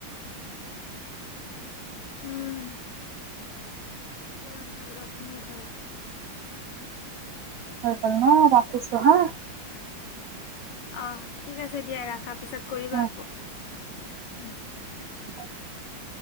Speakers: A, on the left; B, on the right.
A: উম কিমান ভাল ৰছ্ম স ভাল
B: হৈ গল ন ৰাখিছো হা
A: অ ঠিক আছে দিয়া ৰাখা পিছত কৰিবা
B: অ
A: আকৌ উম
B: হয়